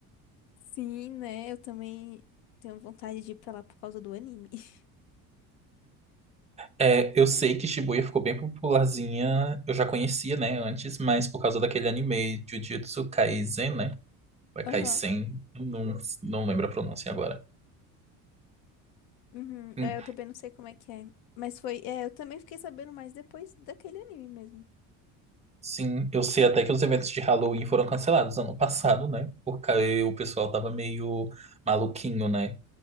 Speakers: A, on the left; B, on the right.
A: Sim, né? Eu também tenho vontade de ir pra lá por causa do anime. <laughs>
B: É, eu sei que Shibuya ficou bem popularzinha, eu já conhecia, né, antes, mas por causa daquele anime Jujutsu Kaisen, né? Ou é
A: Aham.
B: Kaisen, não, não lembro a pronúncia agora.
A: Uhum.
B: Hum,
A: É, eu também não sei como é que é. Mas foi. É, eu também fiquei sabendo mais depois daquele anime mesmo.
B: Sim, eu sei até que os eventos de Halloween foram cancelados ano passado, né? Porque o pessoal tava meio maluquinho, né?